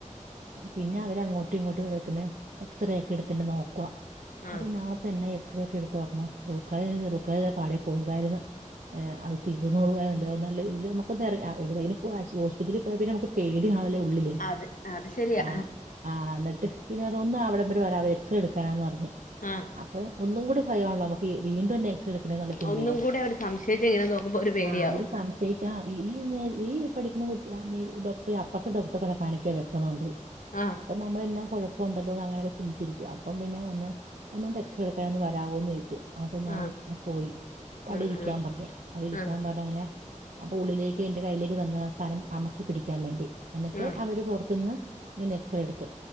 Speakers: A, on the right; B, on the left.
A: പിന്നെ അവരങ്ങോട്ടും ഇങ്ങോട്ടും വെക്കുന്ന എക്സറേ ഒക്കെ എടുത്തിണ്ട് നോക്കുവ
B: ആഹ്
A: അപ്പൊ നർത്തെ എന്നെ എക്സറേ ഒക്കെ എടുത്തു അപ്പോ റൂ <unintelligible> പാട പോവകായിരുന്നു. അ തീർന്ന <unintelligible> പോയ നല്ലോന്നല്ല ഇതി നമക്ക് എവിടെ പോ ഹോസ്പിറ്റലിൽ പോയാ പിന്നെ നമുക്ക് പേടിയാണല്ലോ? ഉള്ളിൽ
B: അത് അത് ശരിയാ
A: ആ ആ നിട്ട് <unintelligible> രക്ഷ എടുക്കാനന്ന് പറഞ്ഞഞ്
B: ആഹ്
A: അപ്പൊ ഒന്നും കൂടെ ഭയ ആണല്ലൊ നമ്മക്ക് വീണ്ടുംന്നെ എക്സ് എടുക്ക്ണെന്ന്ള്ള ചിന്തയിലെ
B: ഒന്നും കൂടി അവര് സംശയിച്ച് ഇങ്ങനെ നോക്കുമ്പോ ഒരു പേടിയാവും
A: ആഹ് അവര് സംശയിച്ച ഈ ഈ പഠിക്കുന്ന കുട്ടി ഡോക്ർ അപ്പറ്ത്തെ ഡോക്ടറെ കൊണ്ട് കാണിക്ക <unintelligible>
B: ആഹ്
A: ഇപ്പൊ നമ്മളെന്ന കൊഴപ്പം ണ്ടോന്ന് അങ്ങനെയൊക്കെ ചിന്തിചിരി കും അപ്പം പിന്നെ ഒന്ന് ഒന്നും ടെക്സ് <unintelligible> എടുക്കാൻ ഒന്ന് വരമോന്ന് ചോദിച്ചു? അപ്പൊ ഞാൻ
B: ആഹ്
A: പോയി തടിരിക്കാൻ
B: ആഹ്
A: പറഞ്ഞ്
B: ആഹ്
A: അടിരിക്കാൻ
B: ആഹ്
A: പറഞ്ഞ അങ്ങനെ. അപ്പൊ ഉള്ളിലേക്ക് എന്റെ കയ്യിലേക്ക് തന്ന സാനം അമ്മർത്തി പിടിക്കാൻ വേണ്ടി. എന്നിട്ട്
B: ആഹ്
A: അവര് പുറത്തുന്ന് ഇങ്ങന എക്സറേ ഇടുത്തു.